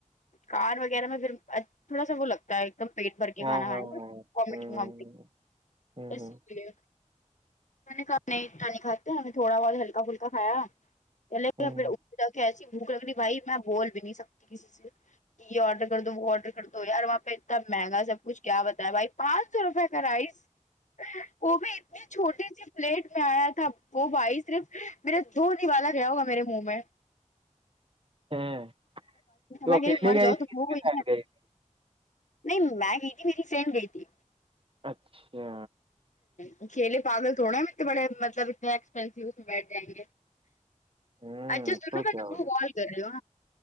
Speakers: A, on the left; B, on the right.
A: کار وغیرہ میں پھر ا تھوڑا سا وہ لگتا ہے ایک دم پیٹ بھر کے
B: ہاں
A: کھا کھائیں
B: ہاں
A: گا
B: ہاں ہوں
A: وامٹگ
B: ہوں
A: وامٹنگ
B: ہوں
A: اسلئے
B: ہوں
A: میں نے کھا اتنا نہیں کھاتی ہمیں تھوڑا بہت ہلکا پھلکا کھایا پھلے تو
B: ہوں۔
A: وپپر جاکے ایسی بھوک لگ رہی بھائی میں بول بھی نہیں سکتی کسی سے کہ یہ آرڈر کر دو وہ آرڈر کر دو یار وہاں پہ اتنا مہنگا سب کچھ کیا بتا ہے بھائی پانچ سو روپے کا رائس وہ بھی اتنے چھوٹے سے پلیٹ میں آیا تھا وہ بھائی صرف میرا دو ن نوالہ گیا ہوگا میرے منہ میں
B: ہیں،
A: ہمے
B: تو اکیلے
A: کوئی مر
B: گئی
A: جاؤ
B: تھی
A: تو ہوئی
B: کس کے ساتھ گئی تھی؟
A: نہیں میں گئی تھی میری فینڈ گئی تھی
B: اچھا
A: ہوں کھیلے پاگل تھوڑے ہیںتنے بڑے مطلب اتنے ایکسپینسو بیٹھ ائیں گے
B: ہوں
A: اچھا سنو
B: تو کیا
A: میں تم
B: بولے
A: کو کال کر رہی ہو